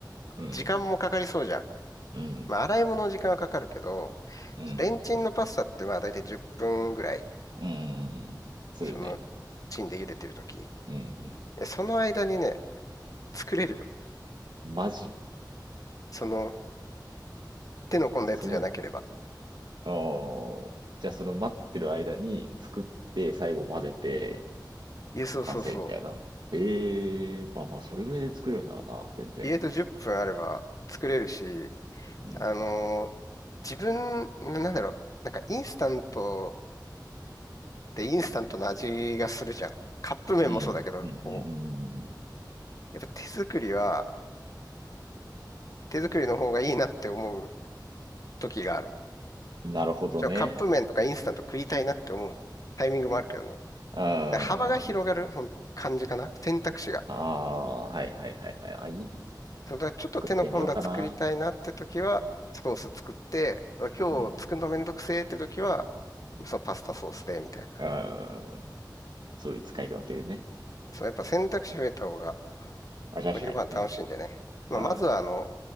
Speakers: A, on the right (about 80°); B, on the left (about 50°).
A: うん、
B: 時間もかかりそうじゃん。
A: うん、
B: まあ、洗い物の時間はかかるけど、
A: うん、
B: レンチンのパスタってまあ、だいたい10分ぐらい、
A: うん、するね。
B: その、チンで茹でてるとき。
A: うん、う
B: えその間にね、作れるよ。
A: んマジ。
B: その、手の込んだやつじゃなければ。
A: そのあーじゃあその待ってる間に作って最後混ぜて
B: いや、そうそうそう。
A: 完成みたいな。ええまあまあそれぐらいで作れるならな、全然。
B: 家と10分あれば作れるし、
A: うん。
B: あのー自分、なんだろう、なんかインスタントってインスタントの味がするじゃん。カップ麺もそうだけど、
A: うん。うん。うん。
B: こう、
A: うん
B: やっぱ手作りは、手作りの方がいいなって思う時がある。
A: うんなるほどね。
B: もちろんカップ麺とかインスタント食いたいなって思うタイミングもあるけどね。
A: ああ、
B: 幅が広がるほん感じかな。選択肢が。
A: ああ、はいはいはいはい。あ、いい。
B: そうだからちょっと手の込んだ作りたいなって時は、
A: 作ってみようかな。
B: ソース作って、うわ今日作るのめんどくせえって時は、
A: うん。
B: そのパスタソースで、みたいな。
A: うん。そういう使い分けでね。
B: そう、やっぱ選択肢増えた方が
A: あ、確かにね。
B: お昼ご飯楽しいんでね。まあ、
A: あー
B: まずはあの、